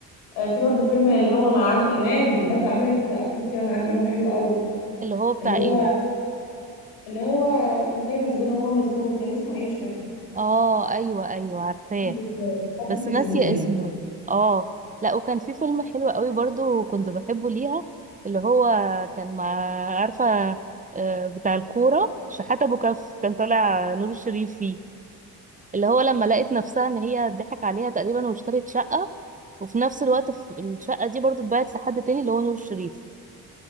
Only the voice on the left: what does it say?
آه في برضو فيلم اللي هو مع عادل امام برضو عملت افلام كتير مع عادل امام حلو قوي
اللي هو
اللي هو كانت هي مسجونه وهو مسجون كان اسمه ايه مش فاكره
حب في الزنزانه حب
في
الزنزانه